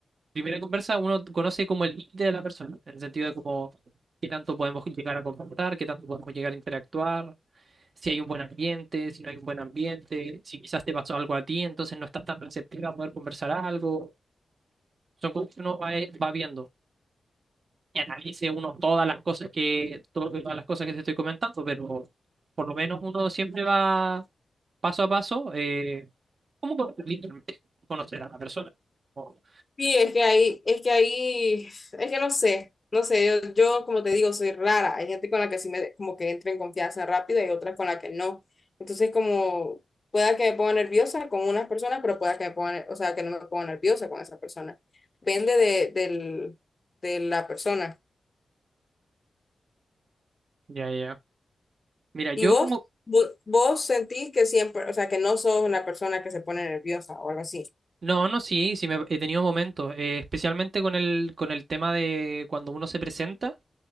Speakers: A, on the right (about 60°); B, on the left (about 40°).
A: primera conversa, uno conoce como el límite de la persona, en el sentido de como qué tanto podemos llegar a comportar, qué tanto podemos llegar a interactuar, si hay un buen ambiente, si no hay un buen ambiente, si quizás te pasó algo a ti, entonces no estás tan receptiva a poder conversar algo Son cosas que uno va, e-, va viendo. Y analice uno todas las cosas que, todas las cosas que te estoy comentando, pero por lo menos uno siempre va paso a paso, eh, como con- literalmente conocer a la persona. Oh,
B: Sí, es que ahí, es que ahí, es que no sé, no sé, yo, yo como te digo, soy rara. Hay gente con la que sí me, como que entro en confianza rápido y otras con la que no. Entonces, como, pueda que me ponga nerviosa con unas personas, pero pueda que me ponga, ne- o sea, que no me ponga nerviosa con esa persona. Depende de, del, de la persona.
A: ya, ya. Mira,
B: ¿Y
A: yo
B: vos,
A: como...
B: vos, vos sentís que siempre, o sea, que no sos una persona que se pone nerviosa o algo así?
A: No, no, sí, sí me, he tenido momentos, eh, especialmente con el, con el tema de cuando uno se presenta